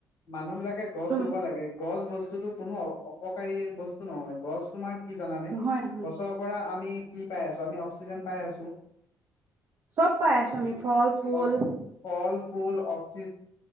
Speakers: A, on the left (about 50°); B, on the right (about 40°).
A: মানুহ বিলাকে গছ
B: তুম
A: ৰুব লাগে গছ বস্তুতো কোনো অপকাৰী বস্তু নহয় গছ তোমাৰ কি জানানে
B: নহয় নহয়
A: গছৰ পৰা আমি কি পাই আছো আমি অক্সিজেন পাই আছো
B: চব পাই আছো আমি ফল ফুল
A: অ ফল ফুল <unintelligible>